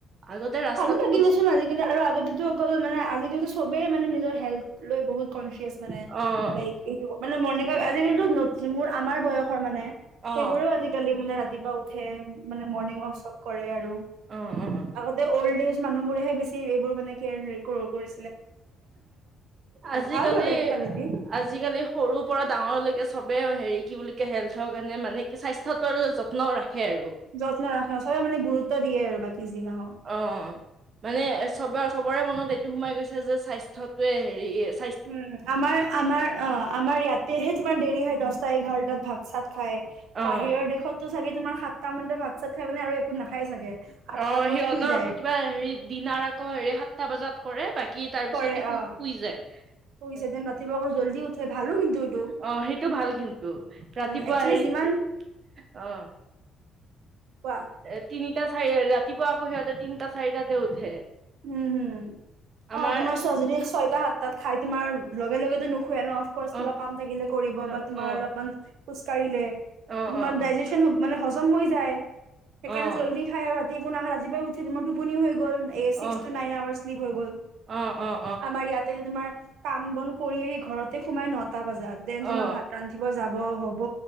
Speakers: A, on the right; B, on the right.
A: আগতে ৰাস্তাত
B: ভালো লাগিলেচোন
A: কৰিছিল
B: আজিকালি আৰু আগতেতো অকল আজটো চবেই মানে নিজৰ হেল লৈ বহুত কনচিয়াচ মানে
A: অ',
B: লক এইটো মানে মৰ্ণঙক আজিকালিো নতুন মোৰ আমাৰ বয়সৰ মানে
A: অ',
B: সেইবোৰোও আজিকালি মানে ৰাতিপুৱা উঠ হে মানে মৰ্ণিং ৱাক চব কৰে আৰু।
A: অ অ অ
B: আগতে অল্ড এজ মানুহবোৰেহে বেছি এইবোৰ মানে কেয়াৰ কৰি
A: আজিকালি
B: ভাল আৰু একফালেদি
A: আজিকালি সৰুৰ পৰা ডাঙৰলৈকে চব বে হেৰি কি বুলি ক হেল্থৰ কাৰণে মানে কি স্বাস্থ্যয়টো আৰু যত্ন ৰাখে। আৰু
B: যত্ন ৰাখে চবে মানে গুৰুত্ব দিয়ে আৰু। বাকী যি নহওক
A: অ', মানে চব চবৰে মনত এইটো সোমাই গৈছে যে স্বাস্থ্যতোৱে হেৰি আ
B: উম, আমাৰ আমাৰ অ আমাৰ ইয়াতেহে তোমাৰ দেৰি হয় দহটা এঘাৰটাত ভাত চাত খাই
A: অ',
B: বাহিৰৰ দেশতো চাগে তোমাৰ সাতটা মান ভাত চাত খাই মানে আৰু একো নাখায়। চাগে।
A: অ',
B: আঠটা বজাত
A: সিহঁতৰ
B: শুই যায়
A: আকৌ কিবা হেৰি দিনাৰ আকৌ হেৰি সাতটা বজাত কৰে বাকি কি তাৰ
B: কৰে
A: পিছতে শু
B: অ',
A: শুই যায়।
B: শুইছে দেন ৰাতিপুৱা আকৌ জল্দি উঠে ভালো কিন্তু এইটো।
A: অ', সেইটো ভাল কিন্তু ৰাতিপুৱা
B: উম, একচুৱেলি
A: হেৰিত
B: যিমান
A: অ',
B: কোৱা
A: এ তিনি তিনিটা চাৰি ৰাতিুৱা আকৌ সিহঁতে তিনটা চাৰিটাতে উঠে।
B: উম, হম,
A: আমাৰ
B: তোমাৰ ছোৱালীজনীয়ে ছয়টা সাতটাত খাই তোমাৰ লগে লগেটো নুখ শুৱে ন, অফকৰ্চ কিবা
A: অ',
B: কাম থাকিলে কৰিব
A: অ',
B: বা তুমাৰ
A: অ',
B: অলপমান খোজ কাঢ়িলে।
A: অ',
B: তোমাৰ
A: অ',
B: ডাইজেচন
A: অ', অ',
B: মানে হজম হৈ যায়, সেইকাৰণে
A: অ',
B: জল্দি খাই আৰু ৰাতি মই নাহে ৰাজিুৱাই উঠি মই টোপনিও হৈ গ'ল। এ ছিক্স
A: অ',
B: টো নাইন আৰ শ্লিক হৈ গ'ল।
A: অ',
B: আমাৰ ইয়াতে তোমাৰ কাম বন কৰি আহি ঘৰতে সোমাই নটা বজাত, দেন তোমাৰ
A: অ',
B: ভাত ৰান্ধিব যাব হ'ব। হব